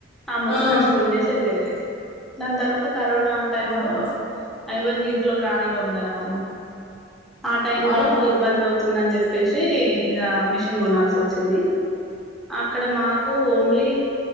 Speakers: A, in the centre; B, on the left.
A: అమచ్చి
B: ఆహా
A: మంచిగా పిండేసి ఎళ్ళేది దాని తర్వాత కరోనా టైమ్
B: అవునా
A: లో ఎవరిని ఇంట్లోకి రానివ్వం కదా మనం ఆ టైమ్లో
B: అవును
A: ఇబ్బంది అవుతుందని చెప్ చెప్పేషి ఇగ మిషన్ కొనాల్సి వచ్చింది అక్కడ మాకు ఓన్లీ